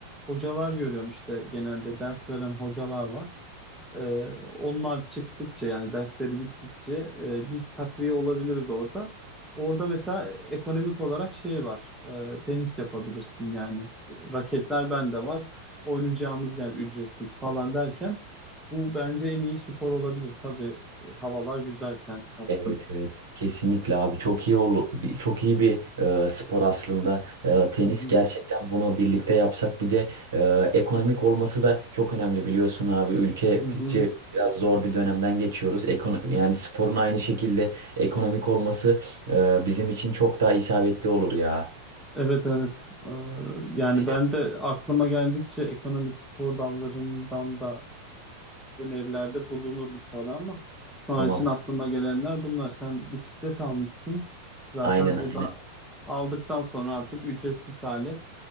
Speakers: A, in the centre; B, on the right.
A: hocalar görüyorum işte genelde ders veren hocalar var. Ee, onlar çıktıkça yani dersleri bittikçe e, biz takviye olabiliriz orada. Orada mesela ekonomik olarak şey var. e, tenis yapabilirsin yani. Raketler bende var. Oynayacağımız yer ücretsiz falan derken bu bence en iyi spor olabilir. Tabii e, havalar güzelken kastım.
B: Evet evet kesinlikle abi çok iyi ol bir- çok iyi bir e, spor aslında E, tenis
A: Hı hı,
B: gerçekten bunu birlikte yapsak bir de e, ekonomik olması da çok önemli biliyorsun abi ülkece
A: hı hı.
B: biraz zor bir dönemden geçiyoruz Ekon yani sporun aynı şekilde ekonomik olması e, bizim için çok daha isabetli olur ya
A: Evet evet. Ee, yani
B: aynen
A: ben de aklıma geldikçe ekonomik spor dallarından da önerilerde bulunurum sana ama şu
B: tamam
A: an için aklıma gelenler bunlar. Sen bisiklet almışsın. Zaten
B: aynen
A: o
B: aynen
A: da aldıktan sonra artık ücretsiz hale